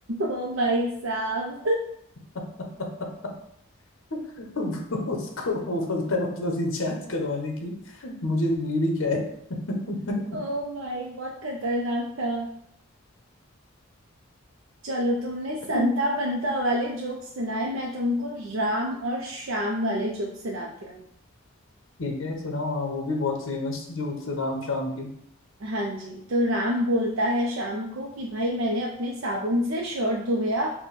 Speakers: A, on the right; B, on the left.
A: ओ भाई साहब
B: <laughs> उसको वो बोलता है मतलब रिचार्ज करवाने की मुझे नीड ही क्या है <laughs>
A: ओ भाई बहुत खतरनाक था चलो तुमने संता
B: ठीक
A: बंता वाले जोक सुनाए मैं तुमको राम और श्याम वाले जोक सुनाती हूँ
B: है सुनाओ हाँ वो भी बहुत फेमस जोक्स राम शाम के
A: हाँ जी तो राम बोलता है शाम को कि भाई मैंने अपने साबुन से शर्ट धोया